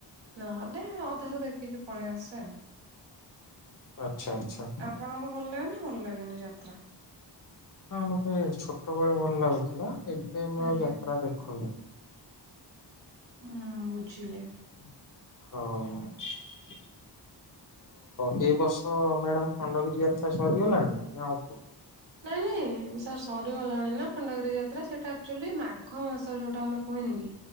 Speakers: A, on the right; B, on the left.
A: ନହେଲେ ଅଧାରୁ ଦେଖିକି ପଳେଇ ଆସେ।
B: ଆଚ୍ଛା ଆଚ୍ଛା।
A: ଆପଣଙ୍କୁ ଭଲ ଲାଗେନା ଭଲ ଲାଗେନି ଯାତ୍ରା?
B: ହଁ ମତେ ଛୋଟବେଳେ ଭଲ ଲାଗୁଥିଲା ଏବେ ମୁଁ
A: ଆଜ୍ଞା
B: ଆଉ ଯାତ୍ରା ଦେଖୁନି।
A: ହୁଁ ବୁଝିଲେ।
B: ହଁ। ତ ଏ ବର୍ଷ ମ୍ୟାଡ଼ାମ୍ ଖଣ୍ଡଗିରି ଯାତ୍ରା ସରିଗଲାଣି ନା ହବ?
A: ନାଇଁ ନାଇଁ ସାର୍ ସରିଗଲାଣି ନା ଖଣ୍ଡଗିରି ଯାତ୍ରା ସେଇଟା ଆକ୍ଚୁଆଲି ମାଘ ମାସ ଯୋଉଟା ଆମେ କୁହେନି କି।